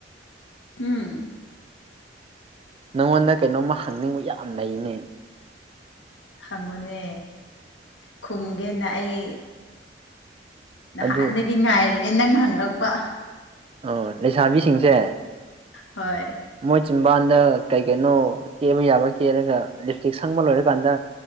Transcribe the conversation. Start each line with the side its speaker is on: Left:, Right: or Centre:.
Left: ꯎꯝ
Right: ꯅꯪꯉꯣꯟꯗ ꯀꯩꯅꯣꯝꯃ ꯍꯪꯅꯤꯡꯕ ꯌꯥꯝ ꯂꯩꯅꯦ
Left: ꯍꯪꯉꯨꯅꯦ ꯈꯨꯝꯒꯦꯅ ꯑꯩ ꯅꯍꯥꯟꯗꯒꯤ
Right: ꯑꯗꯨ
Left: ꯉꯥꯏꯔꯤꯅꯦ ꯅꯪ ꯍꯪꯂꯛꯄ
Right: ꯑꯣ ꯂꯩꯁꯥꯕꯤꯁꯤꯡꯁꯦ
Left: ꯍꯣꯏ
Right: ꯃꯣꯏ ꯆꯤꯝꯕꯥꯟꯗ ꯀꯩ ꯀꯩꯅꯣ ꯀꯦꯕ ꯌꯥꯕ ꯀꯦꯂꯒ ꯂꯤꯞ ꯏꯁꯇꯤꯛ ꯁꯪꯕ ꯂꯣꯏꯔꯀꯥꯟꯗ